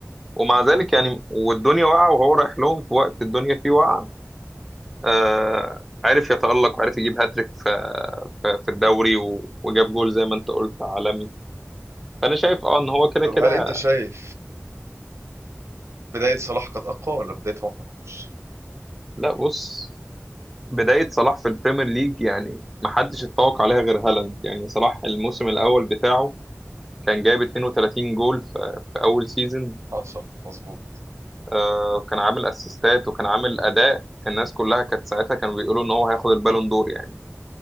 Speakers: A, in the centre; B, on the right (about 65°).
A: ومع ذلك يعني والدنيا واقعة وهو رايح لهم في وقت الدنيا فيه واقعة آه عرف يتألق وعرف يجيب هاتريك في, في, في الدوري و- وجاب جول زي ما انت قلت عالمي فأنا شايف اه ان هو كده
B: طب
A: كده
B: هل انت شايف بداية صلاح كانت اقوى ولا بداية عمر مرموش
A: لا بص بداية صلاح في البريمير ليج يعني محدش اتفوق عليها غير هالاند يعني صلاح الموسم الأول بتاعه كان جايب 32 جول في, في اول سيزون
B: حصل مظبوط
A: آه وكان عامل اسيستات وكان عامل اداء الناس كلها كانت ساعتها كانوا بيقولوا ان هو هياخد البالون دور يعني